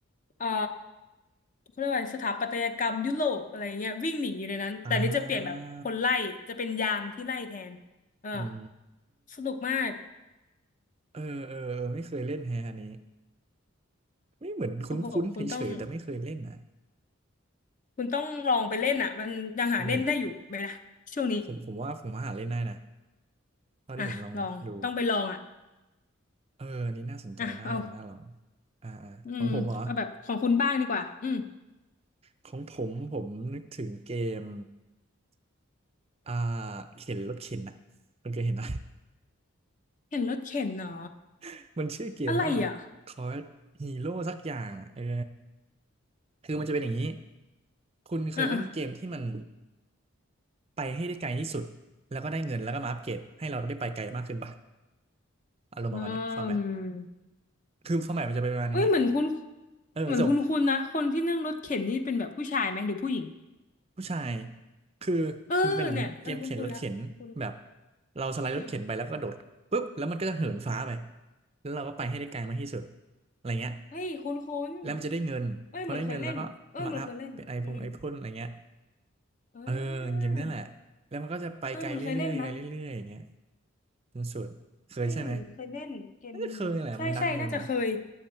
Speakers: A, on the left (about 35°); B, on the right (about 30°).
A: เอ่อเขาเรียกว่าอะไรสถาปัตยกรรมยุโรปอะไรเงี้ยวิ่งหนีอยู่ในนั้นแต่นี่จะเปลี่ยนแบบคนไล่จะเป็นยามที่ไล่แทน
B: อ่า
A: เออ
B: อืม
A: สนุกมาก
B: เออเออเออไม่เคยเล่นแฮะอันนี้ไม่เหมือนคุ้นๆเฉยๆแต่ไม่เคยเล่นนะ
A: โอ้โหคุณต้องคุณต้องลองไปเล่นอ่ะมันยังหาเล่นได้อยู่ไหมนะช่วงนี้
B: จริงดิผมผมว่าผมว่าหาเล่นได้นะ เท่าที่ผมลองดู
A: อ่ะลองต้องไปลองอ่ะ
B: เอออันนี้น่าสนใจน่าลองน่าลอง
A: อ่ะเอา
B: อ่าอ่าของผมเหรอ
A: อืมเอาแบบของคุณบ้างดีกว่าอืม
B: ของผมผมนึกถึงเกมอ่าเข็นรถเข็นอะคุณเคยเห็นไหม
A: เห็นรถเข็นเหรอ
B: <laughs> มันชื่อเกมว่า
A: อะไรอ่ะ
B: Call Hero สักอย่างอะเออคือมันจะเป็นอย่างนี้คุณเคยเล่นเกมที่มัน
A: อ่ะอ่ะ
B: ไปให้ได้ไกลที่สุดแล้วก็ได้เงินแล้วก็มาอัปเกรดให้เราได้ไปไกลมากขึ้นป่ะอารมณ์ประมาณเนี้ยฟอร์แมต
A: อืม
B: คือฟอร์แมตมันจะเป็นประมาณนี้
A: เอ้ยเหมือนคุณ
B: เออส่ง
A: เหมือนคุณคุณนะคนที่นั่งรถเข็นนี่เป็นแบบผู้ชายไหมหรือผู้หญิง
B: ผู้ชายคือมันจะเป็นอย่างนี้เกมเข็นรถเข็นแบบ
A: เออเนี่ยเออคุณคุณละคุณ
B: เราสไลด์รถเข็นไปแล้วก็โดดปุ๊บแล้วมันก็จะเหินฟ้าไป
A: อืมอืม
B: แล้วเราก็ไปให้ได้ไกลมากที่สุดอะไรเงี้ย
A: เฮ้ยคุณคุณ
B: แล้วมันจะได้เงินพอได้เงินแล้วก็มาอัพเป็นไอพงไอพ่นอะไรเงี้ย
A: เอ้ยเหมือนเคยเล่นเออเหมือนเคยเล่นอืมอื
B: เออเกมเนี้ยแหละแล้วมันก็จะไปไกลเรื่อยๆไกลเรื่อยๆอย่างเงี้ย
A: มเออเออเหมันเคยเล่นนะ
B: จนสุดเคยใช่ไหม
A: เอ้ยเคยเล่นเกมนี้ใช่ใช่น่าจะเคย
B: น่าจะเคยแหละมันดังอยู่